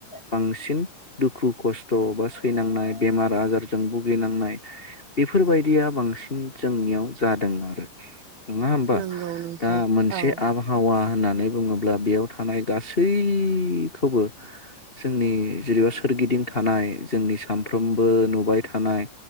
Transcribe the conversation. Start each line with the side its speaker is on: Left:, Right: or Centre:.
Left: बांसिन दुखु खस्थ' बा सैनांनाय बेमार आजारजों भुगिनांनाय बेफोरबायदिया बांसिन जोंनियाव जादों आरो नङा होमबा
Right: नंगौ नोंथां
Left: दा मोनसे
Right: औ
Left: आबहावा होननानै बुङोब्ला बेयाव थानाय गासैखौबो जोंनि जेनेबा सोरगिदिं थानाय जोंनि सामफ्रोमबो नुबाय थानाय